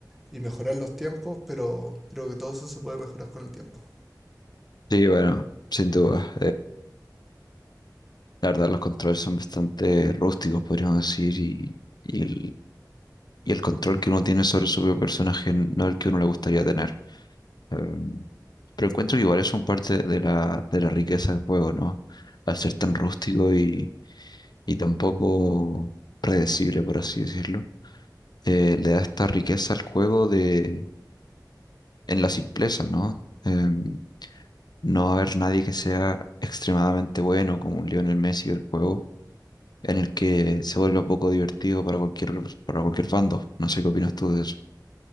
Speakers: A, in the centre; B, on the left (about 70°).
A: y mejorar los tiempos, pero creo que todo eso se puede mejorar con el tiempo.
B: Sí, bueno, sin duda. La verdad, los controles son bastante rústicos, podríamos decir, y, y el, y el control que uno tiene sobre su propio personaje no es el que uno le gustaría tener. Em, pero encuentro que igual es un parte de la, de la riqueza del juego, ¿no? Al ser tan rústico y, y tan poco predecible, por así decirlo, eh, le da esta riqueza al juego de, en la simpleza, ¿no? Em, no va a haber nadie que sea extremadamente bueno como un Lionel Messi del juego en el que se vuelva poco divertido para cualquier, para cualquier bando. No sé qué opinas tú de eso.